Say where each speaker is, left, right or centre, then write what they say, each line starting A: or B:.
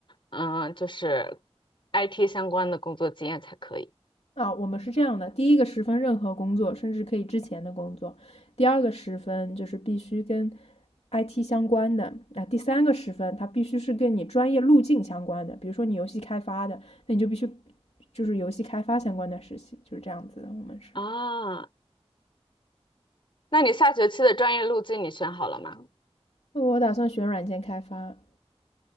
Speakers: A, on the left; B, on the left.
A: 嗯，就是 IT 相关的工作经验才可以
B: 啊，我们是这样的：第一个十分任何工作，甚至可以之前的工作；第二个十分就是必须跟 IT 相关的；啊，第三个十分它必须是跟你专业路径相关的，比如说你游戏开发的，那你就必须就是游戏开发相关的实习，就是这样子的。我们是，
A: 啊。那你下学期的专业路径你选好了吗？
B: 那我打算选软件开发